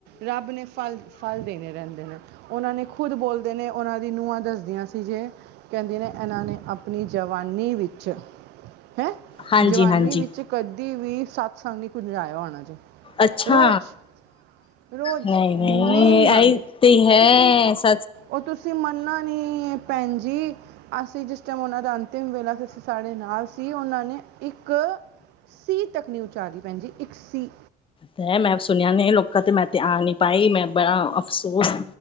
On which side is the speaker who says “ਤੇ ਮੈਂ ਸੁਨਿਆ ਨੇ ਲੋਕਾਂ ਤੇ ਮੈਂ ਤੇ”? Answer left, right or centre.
Left